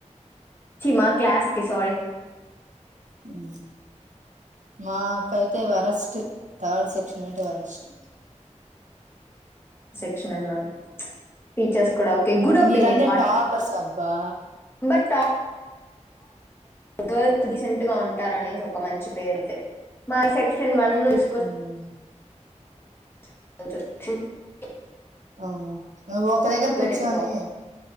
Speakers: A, on the left; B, on the right.
A: చి మా క్లాస్ ఓకే సారి
B: ఉ మాకైతే వరస్ట్ థర్డ్ సెక్షన్ అంటే వరస్ట్
A: క్షనన్నా టీచర్స్ కూడా ఓకే గుడ్ ఒపీనియన్
B: మీరందరు
A: అట్
B: టాపర్స్ అబ్బా
A: బట్ గల్స్ రీసెంట్ గా ఉంటారునే ఒక మంచి పేరు మా సెక్షన్ సక్షన్ వన్ తీసుకో
B: ఉమ్
A: అ కొంచెం స్ట్రిక్ట్
B: ఓ నువ్వు ఒక దగ్గర కూర్చొని
A: ఎక్కువ